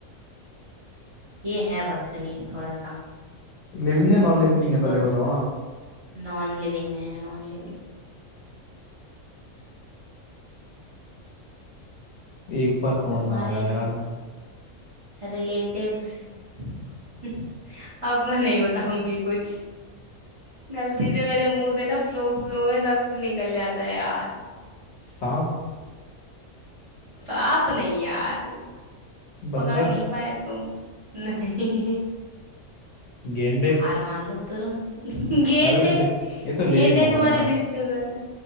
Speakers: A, on the right; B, on the left.
A: ये है बदतमीज थोड़ा सा
B: है लिविंग है नॉन लिविंग थिंग
A: इसको
B: है पहले बताओ ना
A: नॉन लिविंग में है नॉन लिविंग
B: एक बार कौन
A: तुम्हारे
B: नहा रहा है यार
A: रिलेटिव्स <laughs> अब मैं नहीं बताऊंगी कुछ गलती से मेरे मुंह से ना फ्लो फ्लो में सब निकल जाता है यार
B: सांप
A: पाप नहीं यार
B: बंदर
A: पकड़ नहीं पाए तुम नहीं
B: गेंडे
A: हार मान लो तुरंत <laughs> गेंडे
B: अरे तो जे- ये तो लिविंग
A: गेंडे
B: होगा
A: तुम्हारे
B: ना
A: रिश्तेदार है